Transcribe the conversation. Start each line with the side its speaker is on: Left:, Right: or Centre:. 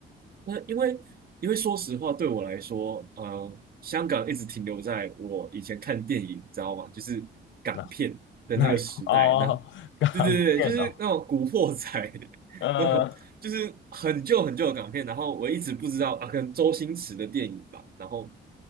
Right: 那因为因为说实话，对我来说，呃，香港一直停留在我以前看电影，你知道吗？就是港片的那个时代，
Left: 哪哪一块？哦，
Right: 那后对对对，
Left: 港片哦，
Right: 就是那种古惑仔，<laughs>
Left: 呃，
Right: <laughs> 就是很旧很旧的港片，然后我一直不知道啊，可能周星驰的电影吧，然后